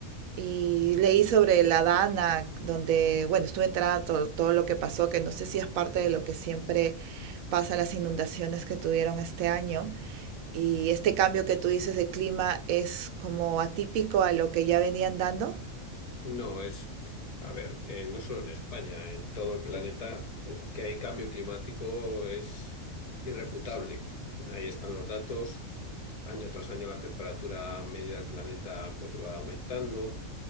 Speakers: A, on the right; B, on the left.
A: Y leí sobre la Dana, donde, bueno, estuve enterada todo, todo lo que pasó, que no sé si es parte de lo que siempre pasa, las inundaciones que tuvieron este año. Y este cambio que tú dices de clima es como atípico a lo que ya venían dando.
B: No, es, a ver, eh, no solo en España, en todo el planeta, eh, que hay cambio climático es irrefutable. Ahí están los datos. Año tras año la temperatura media del planeta pues va aumentando.